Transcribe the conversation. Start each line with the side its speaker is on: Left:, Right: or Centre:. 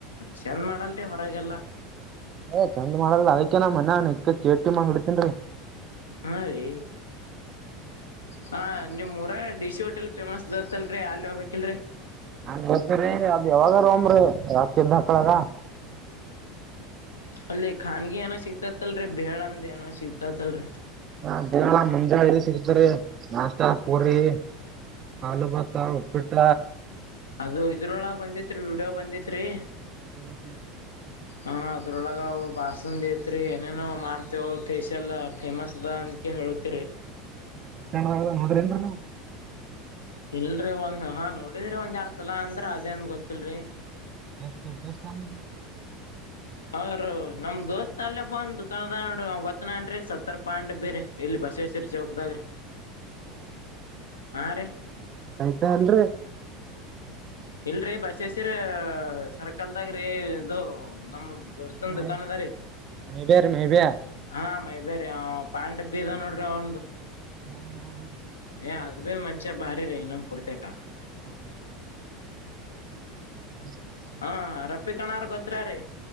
Left: ಚಂದ ಮಾಡಲ್ಟೀ ಹೊರಗೆಲ್ಲ
Right: ಏ ಚಂದ್ ಮಾಡಲ್ ಅದಕೇನ ಮನ್ನ್ ಎ ಕೇಟಿ ಮಾಡ್ ಹೊಡಿತೇನ್ೀ
Left: ಹಾ ರೀ ಹಾ ನಿಮಮ್ಮ್ೂಊರ ಡಿ ಸಿ ಹೋಟೆಲ್ ಫೇಮಸ್ ಅತ್ತಲ್ರಿ ಅಲ್ ಹೋಗ್ಬೇಕಕಿಲ್ರರಿ
Right: ಹ ಗತ್ತೀ ಅದ್ ಯಾವಾಗಾರ ಒಮ್ರೀ ರಾತ್ದ್ದ ಹಕ್ಕಳಾಗ
Left: ಅಲ್ಲಿ ಖಾನಗಿ ಏನೋ ಸಿಗ್ತೈತ್ತಲ್ರರಿ ಬೇಳ್ ಅಂದ ಏನೋ ಸಿಗ್ತೈತ್ತಲ್ರರಿ
Right: ಹಾ ಬೇಳ ಮುಂಜಾಳೆ ಸಿಗ್ತರಿ ನಾಷ್ಟ ಪೂರಿ ಆಲು ಭಾತ ಉಪ್ಪಿಟ್ಟ
Left: ಅದು ಇದ್ರೊಳಗ ಬಂದಿತ್ೀ ವಿೀಡಿಯೋ ಬಂದಿತ್ೀ
Right: ಹೂ ಹೂ
Left: ಹ ಅದ್ರೊಳಗವು ಬಾಸಂದ್ ೇತ್ರಿ ಏನೇನು ಮಾರ್ತವ ಫೇೇಶಿಯಲ್ ಫೇಮಸ್ ಅದ ಅಕ ಹೇಳತೀರಿ
Right: ಹ ಬಸ್ ನೋಡ್ರಿ ಅಂದ್ರ
Left: ಇಲ್ರರಿ ಒಂದ್ ಹಾ ನೋಡಿದ್ರಿ ಒಂದ್ ಎರಡ್ ಸಲ ಅಂದ್ರ ಅದೇಂದ ಗೊತ್ತಿಲ್ರಿ
Right: ಸ್ಟ್ ಸ್ಟ್ ಹಂಗ
Left: ಅವ ರ ನಮ್ ದೋಸ್ತ್ ಅಲ್ಲೇ ಬಂದ್ ದುಕಾನದ ನೋಡ ಗೊತ್ತನನ್ೀ ಸತ್ತರ್ ಪಾಂಡೆ ಬೇರ ಇಲ್ಲಿ ಬಸವೇಶ್ವರ ಚೌಕ್ದಾಗ ರೀ ಹಾಂ ರೀ
Right: ಆಯ್ತಾ ಅಲ್ರರಿ
Left: ಇಲ್ರರಿ ಬಸಸರ ಸರ್ಕಲ್ದಾಗ್ರಿ ಇದು ನಮ್ಮ ದೋಸ್ತಂದು
Right: ಮೈ
Left: ದುಕಾನದಾರಿ
Right: ಮೈಬ್ಯಾರಿ ಮೈಬ್ಯಾ
Left: ಹಾ ಮ ಬೇ್ರೀ್ ಪ್ಯಾಂ್ ಬ್ಬ ಇದ ಬೀಗ ನೋಡ್ರಿ ಅವ್ರಂದು
Right: ಹೂ ಹೂ ಹೂ
Left: ಯ ಅದಬೇ ಮಂಚೆ ಬಾರಿ ರ ಇನ ಪುರ್ತ ಕ
Right: ಹಾ ಹ
Left: ಹಾ ರಪ್ಪಿ ಕಣ್ರ ಗೊತ್ರ ರೀ